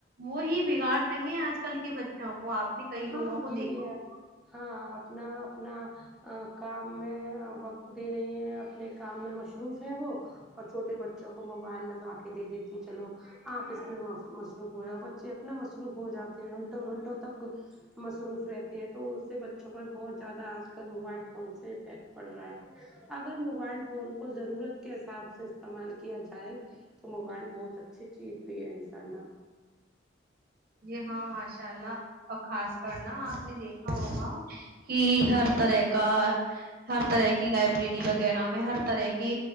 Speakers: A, on the right (about 50°); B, in the centre.
A: وہ ہی بگاڑ رہی ہیں آج کل کے بچوں کو آپ نے کئی
B: ہاں
A: لوگوں کو
B: یہ
A: دیکھا
B: یہ
A: ہو
B: ہاں اپنا اپنا کام میں وقت دے رہی ہیں اپنے کام میں مصروف ہے وہ اور چھوٹے بچوں کو موبائل لگا کے دے دیتی ہے چلو آپ اس میں مصروف ہو ج بچے اپنا مصروف ہو جاتے ہیں گھنٹوں گھنٹوں تک مصروف رہتے ہیں تو اس سے بچوں پر بہت زیادہ آج کل موبائل فون سے افیکٹ پڑ رہا ہے اگر موبائل فون کو ضرورت کے حساب سے استعمال کیا جائے تو موبائل بہت اچھی چیز بھی ہے انساء اللہ
A: جی ہاں ماشاء اللہ اور خاص کرنا آپ نے دیکھا ہوگا کہ ہر طرح کا ہر طرح کی لائبریری وغیرہ میں ہر طرح کے